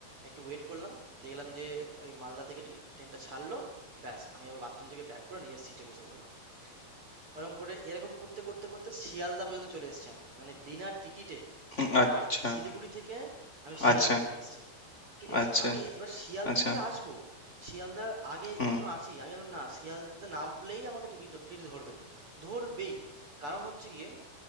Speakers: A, on the right; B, on the left.
A: একটু ওয়েট করলাম দেখলাম যে ওই মালদা থেকে ট্রেনটা ছাড়লো ব্যাস আমি আবার বাথরুম থেকে ব্যাক করে নিজের সিটে বসে পড়লাম ওরকম করে এরকম করতে করতে করতে শিয়ালদা পর্যন্ত চলে এসেছি আমি মানে বিনা টিকিটে
B: হুম,
A: আমি
B: আচ্ছা
A: দার্জ শিলিগুড়ি থেকে আমি শিয়ালদা
B: আচ্ছা
A: চলে এসেছি ঠিক আছে
B: আচ্ছা
A: আমি এবার শিয়ালদা
B: আচ্ছা
A: যে আসবো শিয়ালদার আগে
B: হুম
A: যখন আছি আমি বললাম না শিয়ালদাতে নামলেই আমাকে টিকিট টিকিট ধরবেই ধরবেই কারণ হচ্ছে গিয়ে